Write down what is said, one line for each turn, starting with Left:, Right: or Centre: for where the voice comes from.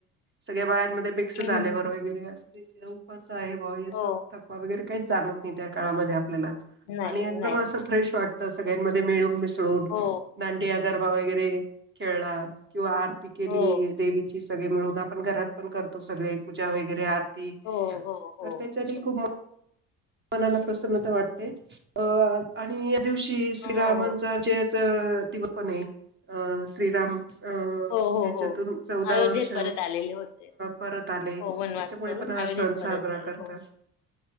Right: सगळ्या बायामध्ये मिक्स झाल्यावर
Left: हम्म
Right: वगैरे अस उपास आहे भा याच
Left: हो
Right: थकवा वगैरे काहीच जाणवत नाही त्या काळामध्ये आपल्याला
Left: नाही
Right: आणि एकदम
Left: नाही
Right: असं फ्रेश वाट सगळ्यांमध्ये मिळून मिळून
Left: हो
Right: दांडिय, गरबा वगैरे खेळणार किंवा आरती केली
Left: हो
Right: देवीची सगळे मिळून आपण घरात पण करतो सगळे पूजा वगैरे आ ते
Left: हो हो हो हो
Right: तर त्याच्यात
Left: हो
Right: खूप मनाला प्रसन्नता वाटते अ आणि दिवशी श्रीराामांचा
Left: हो
Right: जय अ तिचं पण आहैत श्रीराम अं
Left: हो हो
Right: याच्यातून
Left: हो.
Right: चौदा
Left: अयोध्येत
Right: वर्ष अ
Left: परत आलेले होते
Right: परत आले
Left: हो
Right: त्याच्यामुळे
Left: वनवास करून
Right: पण हा
Left: अयोध्येत
Right: सण
Left: परत
Right: साजरा
Left: आले
Right: करतात.
Left: हो